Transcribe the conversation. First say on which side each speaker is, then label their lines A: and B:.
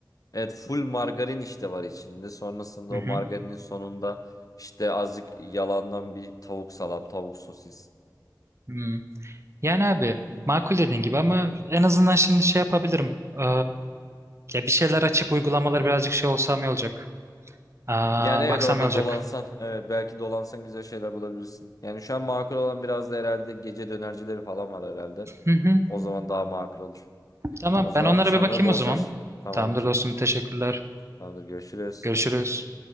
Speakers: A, on the left (about 50°); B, on the right (about 40°).
A: Evet full margarin işte var içinde. Sonrasında
B: Hı hı.
A: o margarinin sonunda işte azıcık yalandan bir tavuk salam, tavuk sosis.
B: Hmm. Yani abi makul dediğin gibi ama en azından şimdi şey yapabilirim. Ee, ya bir şeyler açıp uygulamaları birazcık şey olsam iyi olacak. Aa,
A: Yani evet
B: baksam
A: orada
B: iyi olacak.
A: dolansan evet belki dolansan güzel şeyler bulabilirsin. Yani şu an makul olan biraz da herhalde gece dönercileri falan var herhalde.
B: Hı hı.
A: O zaman daha makul olur.
B: Tamam
A: O zaman
B: ben onlara
A: sana
B: bir bakayım
A: bol
B: o zaman.
A: şans. Tamamdır.
B: Tamamdır dostum teşekkürler.
A: Tamamdır görüşürüz.
B: Görüşürüz.